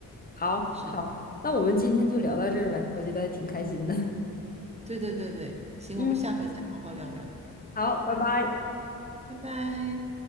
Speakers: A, on the left; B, on the right.
A: 好好，
B: 是的，
A: 那我们今天就聊到这儿呗，我觉得挺开心的。<laughs>
B: 对对对对，行，
A: 嗯，
B: 我们下回再好好聊聊，
A: 好，拜拜。
B: 拜拜。